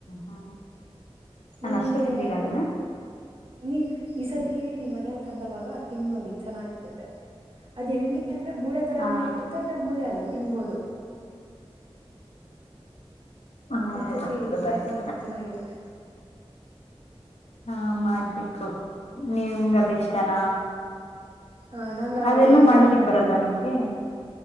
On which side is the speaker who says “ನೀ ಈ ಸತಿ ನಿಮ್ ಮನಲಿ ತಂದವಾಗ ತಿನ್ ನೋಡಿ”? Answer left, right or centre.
Right